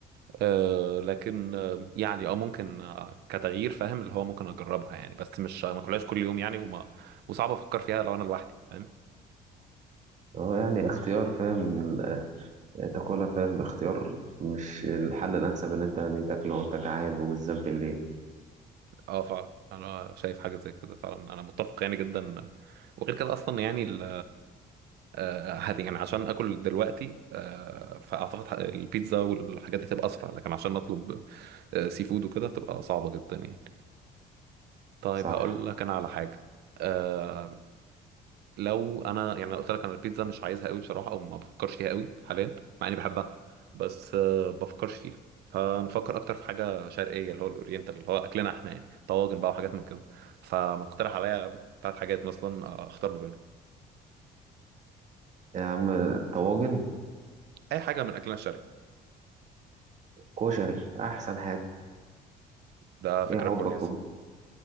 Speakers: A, on the right (about 75°); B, on the right (about 45°).
A: آه لكن آه يعني اه ممكن آه كتغيير فاهم اللي هو ممكن اجربها يعني بس مش ما اكلهاش كل يوم يعني وما وصعب افكر فيها لو انا لوحدي فاهم
B: اه يعني اختيار فاهم آه، تاكلها فاهم اختيار مش الحل الانسب ان انت يعني تاكله وانت جعان وبالذات بالليل
A: اه فعلا انا شايف حاجه زي كده فعلا انا متفق يعني جدا وغير كده اصلا يعني ال آه، هت- يعني عشان اكل دلوقتي آه، فاعتقد ح- البيتزا والحاجات دي تبقى اسرع لكن عشان اطلب آه، سي فود وكده تبقى صعبه جدا يعني طيب
B: صح
A: هقول لك انا على حاجه آه، لو انا يعني لو قلت لك انا البيتزا مش عايزها قوي بصراحه او ما بفكرش فيها قوي حاليا مع اني بحبها بس آه، بفكرش فيها فنفكر اكتر في حاجه شرقيه اللي هو الاورينتال اللي هو اكلنا احنا يعني طواجن بقى وحاجات من كده فما تقترح عليا ثلاث حاجات مثلا آه، اختار ما بينهم
B: يا عم طواجن
A: اي حاجه من اكلنا الشرقي
B: كشري أحسن حاجة
A: ده فكره
B: إيه حبك
A: كويسه
B: في